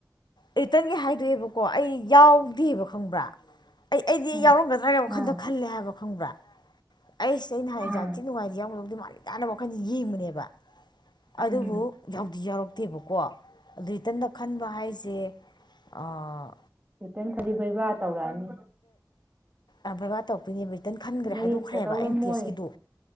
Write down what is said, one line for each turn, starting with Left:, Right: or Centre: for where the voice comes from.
Left: ꯔꯤꯇꯔꯟꯒꯤ ꯍꯥꯏꯗꯣꯛꯑꯦꯕꯀꯣ ꯑꯩ ꯌꯥꯎ <unintelligible> ꯐꯪꯕ꯭ꯔꯥ ꯑꯩ ꯑꯩꯗꯤ
Right: ꯑꯥ
Left: ꯌꯥꯎꯔꯝꯒꯗ꯭ꯔꯥꯒ ꯋꯥꯈꯟꯗ
Right: ꯑꯥ
Left: ꯈꯜꯂꯦ ꯍꯥꯏꯕ ꯈꯪꯕ꯭ꯔꯥ ꯑꯩ ꯁꯤꯗ ꯑꯩ ꯅꯍꯥꯟ ꯑꯦꯛꯖꯥꯝ
Right: ꯑꯥ
Left: ꯊꯤ ꯅꯨꯡꯉꯥꯏ ꯌꯥꯎꯔꯝꯗꯧꯗꯤ ꯃꯥꯜꯂꯤꯦ ꯅꯍꯥꯟꯅ ꯋꯥꯈꯜꯖꯦ ꯌꯦꯡꯕꯅꯦꯕ
Right: ꯎꯝ
Left: ꯑꯗꯨꯕꯨ ꯌꯥꯎꯗꯤ ꯌꯥꯎꯔꯛ ꯇꯦꯕꯀꯣ ꯑꯗꯨ ꯔꯤꯇꯟꯗ ꯈꯟꯕ ꯍꯥꯏꯁꯦ ꯑꯥ
Right: ꯔꯤꯇꯟ ꯈꯜꯂꯗꯤ ꯕꯩꯕꯥ ꯇꯧꯔꯛꯑꯅꯤ
Left: ꯑꯥ ꯚꯥꯢꯚ ꯇꯧꯔꯛꯇꯣꯢꯅꯦꯕ ꯇꯟ ꯈꯟꯈ꯭ꯔꯦ
Right: ꯃꯦꯔꯤꯠꯇ
Left: ꯍꯥꯏꯗꯣꯛꯈ꯭ꯔꯦꯕ
Right: ꯂꯧꯔꯝꯃꯣꯏ
Left: ꯑꯦꯝ ꯇꯤ ꯑꯦꯁꯀꯤꯗꯣ